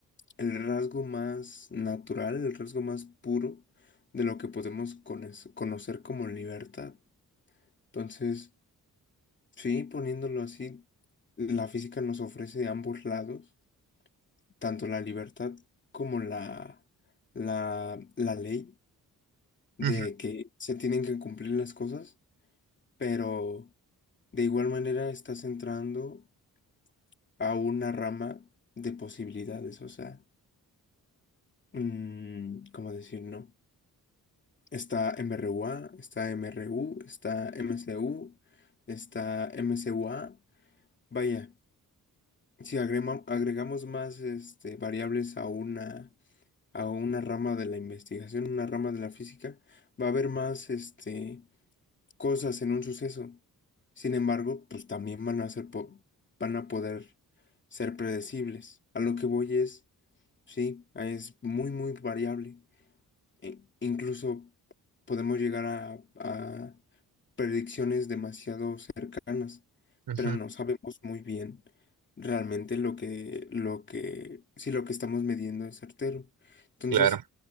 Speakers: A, on the left; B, on the right.
A: el rasgo más natural, el rasgo más puro de lo que podemos cones- conocer como libertad. Entonces, sí, poniéndolo así, la física nos ofrece ambos lados, tanto la libertad como la, la, la ley de
B: Ujú,
A: que se tienen que cumplir las cosas, pero de igual manera estás entrando a una rama de posibilidades, o sea, mm, ¿cómo decir, no? Está MRUA, está MRU, está MCU, está MCUA. Vaya, si agrema- agregamos más este, variables a una, a una rama de la investigación, una rama de la física, va a haber más este, cosas en un suceso. Sin embargo, pues también van a ser po- van a poder ser predecibles. A lo que voy es, sí, es muy, muy variable i- incluso podemos llegar a, a predicciones demasiado cercanas,
B: ujú,
A: pero no sabemos muy bien realmente lo que, lo que, si lo que estamos midiendo es certero. Entonces,
B: claro.